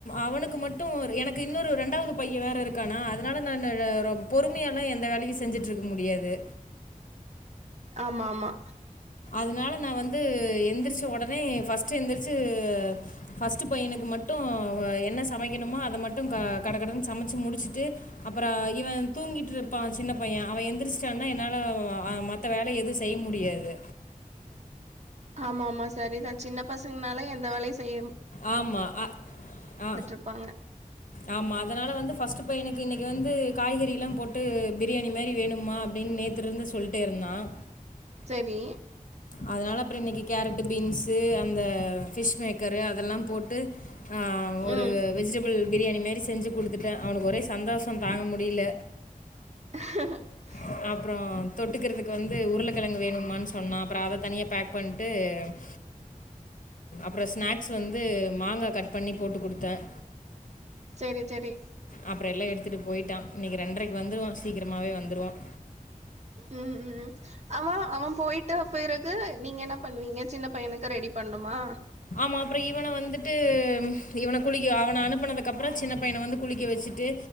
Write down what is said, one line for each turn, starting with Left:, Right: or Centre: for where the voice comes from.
Left: அவனுக்கு மட்டு எனக்கு இன்னொரு ரெண்டாவது பைய வேற இருக்கானா அதனால நானு ழ ரோ பொறுமையால எந் த வேலயு செஞ்சுட்டு இருக்க முடியாது
Right: ஆமா ஆமா
Left: அதனால நா வந்து எந்திரிச்ச உடனே ஃபர்ஸ்ட் எந்திரிச்சு ஃபர்ஸ்ட் பையனுக்கு மட்டு என்ன சமைக்கனுமோ அத மட்டு கட கட சமச்சி முடிச்சிட்டு அப்பற இவ தூங்கிட்டுற்ருப்பா சின்ன பைய அவ ஏந்திருசிட்டானா என்னால மத்த வேல எது செய்முடியாது
Right: ஆமா ஆமா சரிதா சின்ன பசங்கனாலே எந்த வேல செய்யும்
Left: ஆமா ஆ
Right: இருப்பாங்க
Left: அஆமா அதனால வந்து பஸ்ட் பையனுக்கு இன்னைக் இனிக்கி வந்து காய்கறிலாம் போட்டு பிரியாணி மாரி வேணுமா அப்டின்னு நேத்லருந்து சொல்லிட்டே இருந்தான்
Right: செரி
Left: அதனால அப்புறம் இனக்கு கேரட் பீன்ஷ் அந்த ஃபிஷ் மேக்கரு அதெல்லாம் டு ஹான் ஒரு
Right: ம்
Left: வெஜிடேபிள் பிரியாணி மெரி செஞ்சு கொடுத்துட்டன் அவனுக்கு ஒரே சந்தோஷம் தாங்க முடில
Right: <unintelligible>
Left: ஆ அப்புறம் தொட்டுக்கிறதுக்கு வந்து உருளக்கிழங்கு வேணுமான்னு சொன்னா அப்புறம் அத தனியா பேக் பண்ட்டு உஹ் அப்புறம் ஸ்நாக்ஸ் வந்து மாங்கா கட் பண்ணி போட்டு கொடுத்தன்
Right: சேரி சேரி
Left: அப்புறம் எல்லாம் எடுத்துட்டு போயிட்டான் இனக்கி ரெண்ரைக்கு வந்துருவான் சீக்கிரமாவே வந்துருவான்
Right: உம் உம் அவன் அவன் போய்டா பிறகு நீங்க என்ன பண்ணுவீங்க சின்ன பையனுக்கு ரெடி பண்ணுமா
Left: அப்புறம இவன வந்துட்டு ஹும் இவன குளிக்க அவன அனுப்பனதுக்குப்புறம் சின்ன பையன வந்து குளிக்க வச்சுட்டு